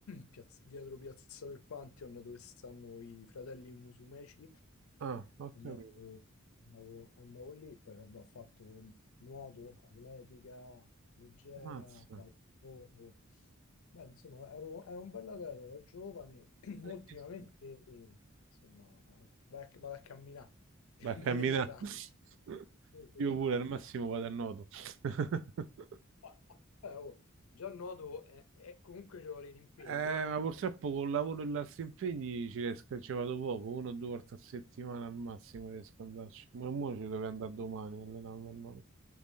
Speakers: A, on the left (about 80°); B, on the right (about 65°).
A: piazza- dietro Piazza del Pantheon dove stanno i fratelli Musumeci,
B: ah, ho capito.
A: andavo, andavo- andavo lì, poi vabbè, ho fatto nuoto, atletica, leggera,
B: Mazza.
A: pallavolo, Beh, insomma ero, ero un bell'atleta da giovane, <clears throat>
B: Parecchi
A: ultimamente
B: sport.
A: insomma vado a, vado a camminare e
B: Vai
A: <laughs>
B: a
A: mi
B: camminare.
A: piace tanto.
B: <laughs>
A: Sì, sì,
B: Io pure
A: sì,
B: al
A: sì.
B: massimo vado a nuoto. <laughs>
A: <laughs> Eh, oh, già nuoto è, è- comunque ci vuole l'impegno,
B: Eh,
A: eh.
B: ma purtroppo col lavoro e gli altri impegni ci riesco, ci vado poco, una o due volte a settimana al massimo riesco ad andarci. Ma mo ci dovrei andare domani, allenarmi. no?